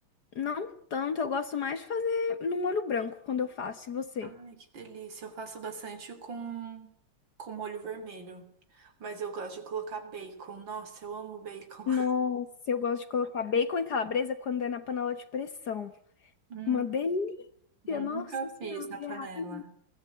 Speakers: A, on the left; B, on the right.
A: não tanto, eu gosto mais de fazer no molho branco quando eu faço, e você?
B: Ai, que delícia. Eu faço bastante com, com molho vermelho. Mas eu gosto de colocar bacon. Nossa, eu amo bacon.
A: Nossa,
B: <laughs>
A: eu gosto de colocar bacon e calabresa quando é na panela de pressão.
B: Hum,
A: Uma delícia.
B: nunca
A: Tia, Nossa
B: fiz
A: senhora,
B: na
A: e
B: panela.
A: é rapidinho.